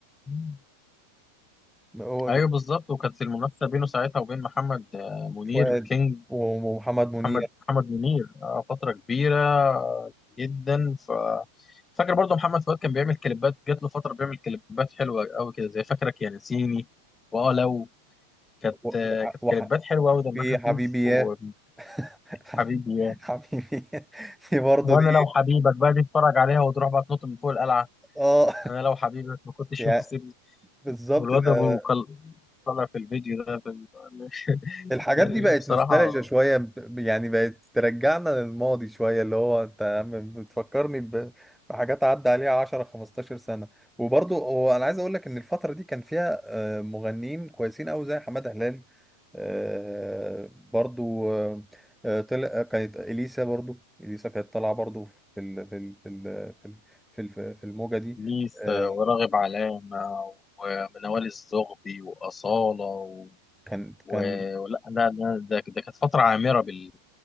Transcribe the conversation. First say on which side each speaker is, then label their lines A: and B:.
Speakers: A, on the left; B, in the centre.
A: مم.
B: هو
A: ايوه بالظبط وكانت المنافسه بينه ساعتها وبين محمد آه، منير
B: فؤاد
A: كينج
B: ومحمد منير
A: محمد محمد منير آه، فتره كبيره جدا ف فاكر برضو محمد فؤاد كان بيعمل كليبات جات له فتره بيعمل كليبات حلوه قوي كده زي فاكرك يا نسيني واه لو كانت
B: وح...
A: كانت
B: وح...
A: كليبات حلوه قوي دمها
B: في
A: خفيف
B: حبيبي
A: وحبيبي
B: يا حبيبي
A: يا
B: حبيبي <laughs> دي برضه
A: وانا
B: دي
A: لو حبيبك بقى دي اتفرج عليها وتروح بقى تنط من فوق القلعه
B: اه
A: انا لو حبيبك ما كنتش
B: يعني
A: يوم تسيبني
B: بالظبط
A: والواد
B: ده
A: ابو كل طلع في الفيديو ده بال- <laughs>
B: الحاجات
A: يعني
B: دي بقت
A: بصراحه
B: نوستالجيا شوية ب- يعني بقت ترجعنا للماضي شوية اللي هو انت يا عم بتفكرني ب- بحاجات عدى عليها 10 15 سنة وبرضه هو انا عايز اقول لك ان الفترة دي كان فيها آه، مغنيين كويسين قوي زي حمادة هلال آه، برضو آه، آه، طلع كانت اليسا برضو اليسا كانت طالعه برضو في ال في ال في ال في ال في ال- في الموجه دي
A: ليس
B: آه،
A: وراغب علامه ومنوال الزغبي واصاله و...
B: كان
A: و-
B: كان
A: ولا لا لا ده ده كانت فتره عامره بال...